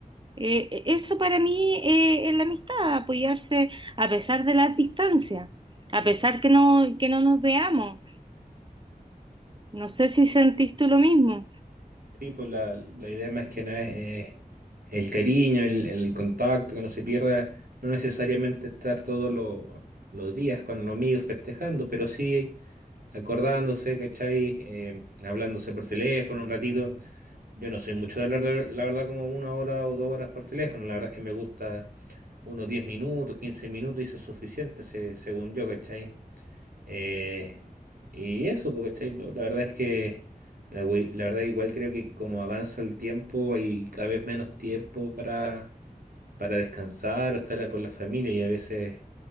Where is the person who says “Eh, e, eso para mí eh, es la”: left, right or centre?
Right